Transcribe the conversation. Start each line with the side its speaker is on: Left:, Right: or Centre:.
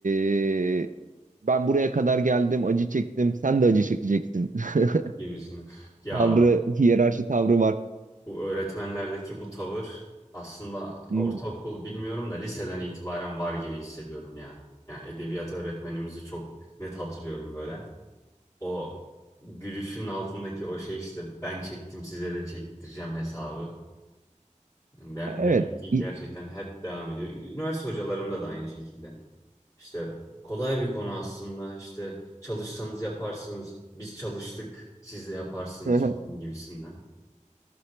Right: e, ben buraya kadar geldim, acı çektim, sen de acı çekeceksin. <laughs>
Left: gibisini. Ya
Right: Tavrı, hiyerarşi tavrı var.
Left: Bu öğretmenlerdeki bu tavır aslında
Right: Hı.
Left: ortaokul bilmiyorum da liseden itibaren var gibi hissediyorum ya. Yani edebiyat öğretmenimizi çok net hatırlıyorum böyle. O gülüşün altındaki o şey işte ben çektim size de çektireceğim hesabı. Yani De-
Right: Evet.
Left: demek ki
Right: İ-
Left: gerçekten hep devam ediyor. Üniversite hocalarımda da aynı şekilde. İşte kolay bir konu aslında. İşte çalışsanız yaparsınız. Biz çalıştık, siz de yaparsınız
Right: <laughs>
Left: falan gibisinden.